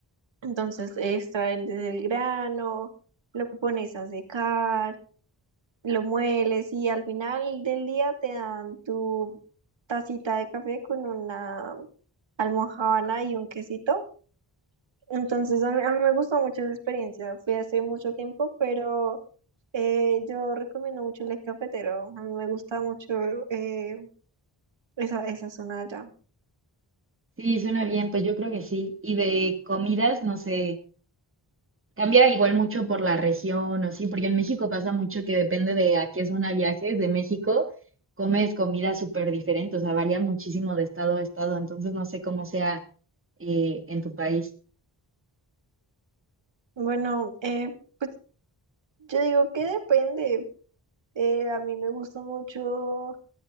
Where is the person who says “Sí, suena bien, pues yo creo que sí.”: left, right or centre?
Right